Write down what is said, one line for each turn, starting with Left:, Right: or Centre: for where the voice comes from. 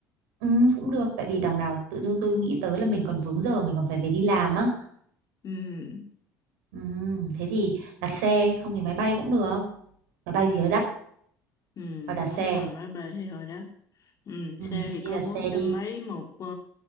Right: Ừ, cũng được tại vì đằng nào tự dưng tôi nghĩ tới là mình còn vướng giờ mình còn phải về đi làm á
Left: ừ
Right: ừ, thế thì đặt xe không thì máy bay cũng được máy bay
Left: ừ
Right: thì hơi đắt
Left: ừ
Right: vào đặt
Left: đúng
Right: xe
Left: rồi máy bay thì hồi đó. Ừ,
Right: ừ,
Left: xe
Right: thế
Left: thì có
Right: thì đặt
Left: bốn
Right: xe
Left: trăm
Right: đi
Left: mấy một ờ,